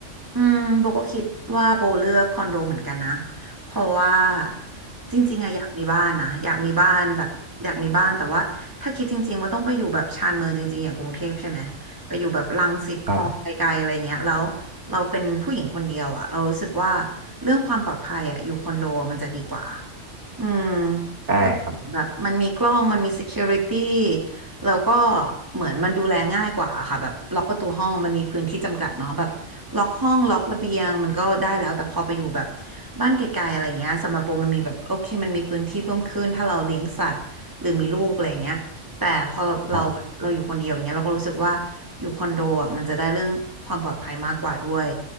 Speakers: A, on the right; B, on the right.
A: อืมโบก็คิดว่าโบเลือกคอนโดเหมือนกันนะเพราะว่าจริงๆอะอยากมีบ้านนะอยากมีบ้านแบบอยากมีบ้านแต่ว่าถ้าคิดจริงๆว่าต้องไปอยู่แบบชานเมืองจริงๆอย่างกรุงเทพใช่ไหมไปอยู่แบบรังสิตคลองไกลๆอะไรเงี้ยแล้วเราเป็นผู้หญิงคนเดียวอะเรารู้สึกว่า
B: ครับ
A: เรื่องความปลอดภัยอะอยู่คอนโดมันจะดีกว่าอืม
B: ใช่ครับ
A: ก็แบบมันมีกล้องมันมี security แล้วก็เหมือนมันดูแลง่ายกว่าค่ะแบบล็อกประตูห้องมันมีพื้นที่จำกัดเนาะแบบล็อกห้องล็อกระเบียงมันก็ได้แล้วแต่พอไปอยู่แบบบ้านไกลๆอะไรเงี้ยสำหรับโบมันมีแบบโอเคมันมีพื้นที่เพิ่มขึ้นถ้าเราเลี้ยงสัตว์หรือมีลูกอะไรเงี้ยแต่พอเราเราแบบเราอยู่คนเดียวอย่างเงี้ยเราก็รู้สึกว่าอยู่คอนโดอ่ะมันจะได้เรื่องความปลอดภัยมากกว่าด้วย
B: ครับ